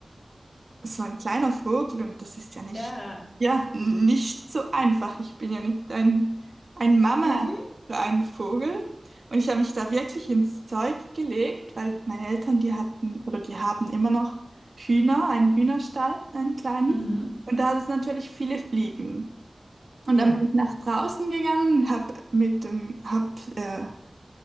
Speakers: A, on the right (about 70°); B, on the left (about 70°).
A: Es war ein kleiner Vogel und das ist ja nicht,
B: Ja.
A: ja, nicht so einfach. Ich bin ja nicht ein, ein Mama
B: Mhm,
A: für einen Vogel. Und ich habe mich da wirklich ins Zeug gelegt, weil meine Eltern, die hatten oder die haben immer noch Hühner, einen Hühnerstall, einen kleinen.
B: mhm.
A: Und da hat es natürlich viele Fliegen. Und
B: Ja,
A: dann bin ich nach draußen gegangen, habe mit dem, hab, äh,